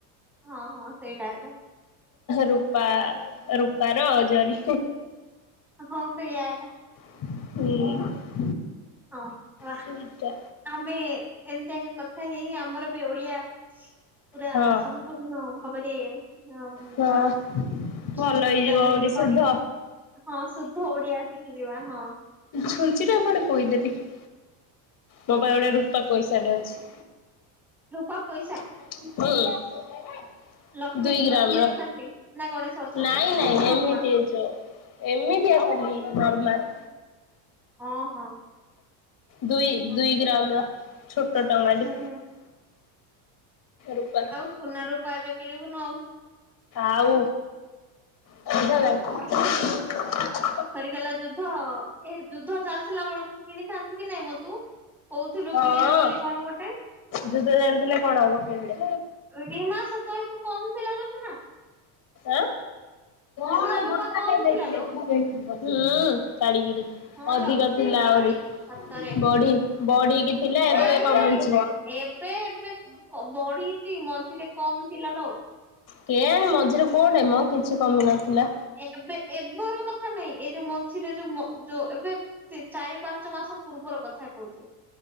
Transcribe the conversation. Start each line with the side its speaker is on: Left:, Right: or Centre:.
Centre: ହଁ ହଁ ସେଇଟା ଏଟା।
Left: ରୂପା ରୂପାର ଜରି।
Centre: ହଁ ସେଇଆ ଏକା
Left: ହୁଁ।
Centre: ହଁ
Left: ସେଇଟା
Centre: ଆମେ ଏମିତି ଆଗେ କଥା ହେଇ ହେଇ ଆମର ବି ଓଡିଆ ପୁରା
Left: ହଁ
Centre: ସମ୍ପୂର୍ଣ୍ଣ ଭାବରେ <unintelligible>
Left: ହଁ ଭଲ ହେଇଯିବ ଆହୁରି ଶୁଦ୍ଧ।
Centre: ଟିକେ ହଁ ଶୁଦ୍ଧ ଓଡ଼ିଆ ଶିଖିଯିବା ହଁ।
Left: ଛୁଞ୍ଚିଟା କୁଆଡ଼େ? <unintelligible> ମୋ ପାଖରେ ଗୋଟେ ରୂପା ପଇସାଟେ ଅଛି।
Centre: ରୂପା ପଇସା?
Left: <unintelligible>
Centre: ଲକ୍ଷ୍ମୀ-ଲକ୍ଷ୍ମୀ
Left: ଦୁଇ ଗ୍ରାମ ର।
Centre: ଅଛନ୍ତି ନା ଗଣେଶ? ଅଛନ୍ତି
Left: ନାଇଁ ନାଇଁ
Centre: ନା
Left: ଏମିତି
Centre: ହନୁମାନ?
Left: ଏ ଯୋ ଏମିତି ଅଛନ୍ତି ନର୍ମାଲ୍।
Centre: ହଁ ହଁ।
Left: ଦୁଇ-ଦୁଇ ଗ୍ରାମ ର ଛୋଟ ଟଙ୍କା
Centre: ହୁଁ
Left: ଟେ।
Centre: ହୁଁ।
Left: ରୂପାର।
Centre: ସୁନ ରୂପା ଏବେ କିଣିବୁନୁ ଆଉ?
Left: ଆଉ <unintelligible>
Centre: ହୁଁ। ଆସୁଥିଲୁ ସରିଗଲା ଯୁଦ୍ଧ ଏ ଯୁଦ୍ଧ ଚାଲିଥିଲା ବେଳକୁ କିଣିଥାନ୍ତୁ କି ନାଇଁ ମ ତୁ? କହୁଥିଲୁ
Left: ହଁ
Centre: କିଣିବି ବୋଲି କଣ ଗୋଟେ।
Left: ଯୁଦ୍ଧ ଚାଲିଥିଲେ କଣ ହବ କିଣିଲେ?
Centre: ଏଇ ମା ସେତେବେଳକୁ କମ ଥିଲା ଲୋ ସୁନା
Left: ଆଁ? ହୁଁ <unintelligible>
Centre: ସୁନା ରୂପା କମ ଥିଲା ଲୋ ହଁ
Left: ଅଧିକ
Centre: ଲୋ
Left: ଥିଲା
Centre: କଣ
Left: ଆହୁରି
Centre: କାଢିକିରି ସତରେ
Left: ବଢି। ବଢିକି ଥିଲା ଏବେ
Centre: ନାଇଁ
Left: କମିଛି।
Centre: ନାଇଁ ଏବେ ଏବେ କ ବଢିଛି ମଝିରେ କମ ଥିଲା ଲୋ।
Left: କେଇଆଣି ମଝିରେ କୋଉଠି ମ କିଛି କମି ନଥିଲା।
Centre: ଏବେ ଏବେର କଥା ନାଇଁ ଏଇ ଯୋଉ ମଝିରେ ଯୋଉ ଯୋଉ ଏବେ ସେ ଚାରି ପାଞ୍ଚ ମାସ ପୂର୍ବର କଥା କହୁଛି